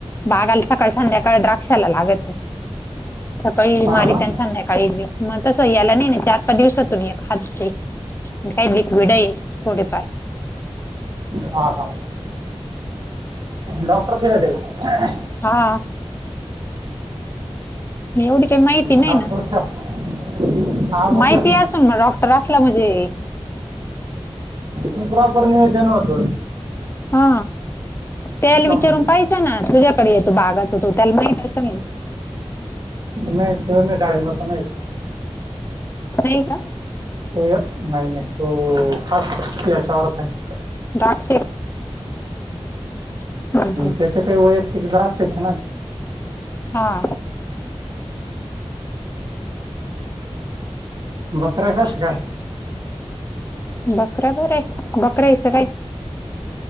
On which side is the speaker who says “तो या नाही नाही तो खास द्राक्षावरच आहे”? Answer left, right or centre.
Right